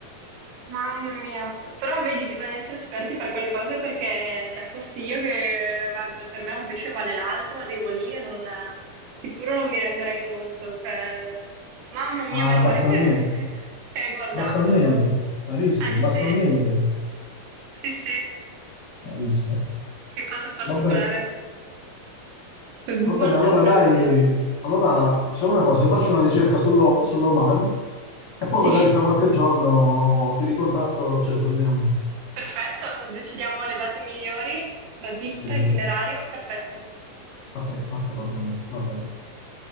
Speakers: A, on the right; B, on the left.
A: Mamma mia, però vedi, bisogna essere esperti a fare quelle cose perché, cioè, fossi io che vado, per me un pesce vale l'altro, arrivo lì e non, sicuro non mi renderei conto, cioè, mamma mia,
B: Ah,
A: meno male
B: basta
A: che,
B: un niente.
A: che hai guardato,
B: Basta un niente. Hai visto?
A: eh
B: Basta un niente.
A: sì, sì, sì,
B: Hai visto?
A: che cosa particolare,
B: Va bene.
A: poi Google
B: Va bene,
A: è sempre
B: allora dai,
A: utile.
B: allora facciamo una cosa, io faccio una ricerca sullo- sull'Oman e poi
A: Sì,
B: magari fra qualche giorno ti ricontatto e ci aggiorniamo.
A: perfetto, decidiamo le date migliori, tragitto,
B: Sì.
A: itinerario, perfetto,
B: Ok, ok, va bene, va bene.